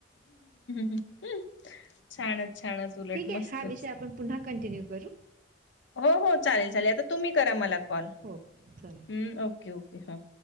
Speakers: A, on the left; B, on the right.
A: <unintelligible> छानच -छानच उलट
B: ठीक आहे
A: मस्तच.
B: हा विषय आपण पुन्हा कंटिन्यू करू.
A: हो हो चालेल चालेल आता तुम्ही करा मला कॉल.
B: हो चालेल.
A: हम्म ओके ओके हा.